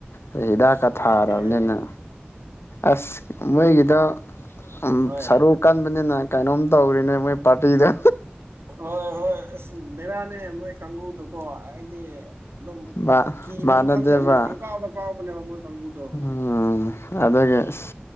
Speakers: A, on the left; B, on the right.
A: ꯑ ꯍꯤꯗꯥꯛꯀ
B: ꯑꯁ ꯅꯨꯡꯉꯥꯏꯇꯦꯍꯦ
A: ꯊꯥꯔꯕꯅꯤꯅ ꯑꯁ ꯃꯣꯏꯒꯤꯗꯣ ꯎꯝ
B: ꯍꯣꯏ
A: ꯁꯔꯨꯛ ꯀꯟꯕꯅꯤꯅ ꯀꯩꯅꯣꯝ ꯇꯧꯔꯤꯅꯦ ꯃꯣꯏ ꯄꯥꯔꯇꯤꯗꯣ
B: ꯍꯣꯏ ꯍꯣꯏ ꯑꯁ ꯕꯦꯔꯥꯅꯦ ꯃꯣꯏ ꯀꯥꯡꯕꯨꯗꯨꯀꯣ ꯍꯥꯏꯗꯤ ꯑꯗꯨꯝ
A: ꯃꯥ
B: ꯀꯤꯕꯁꯨ
A: ꯃꯥꯟꯅꯗꯦꯕ
B: ꯈꯪꯗꯕꯅꯦ ꯄꯪꯀꯥꯎꯗ ꯀꯥꯎꯕꯅꯦꯕ ꯃꯣꯏ ꯀꯥꯡꯕꯨꯗꯣ
A: ꯎꯝ ꯑꯗꯨꯒꯤ ꯑꯁ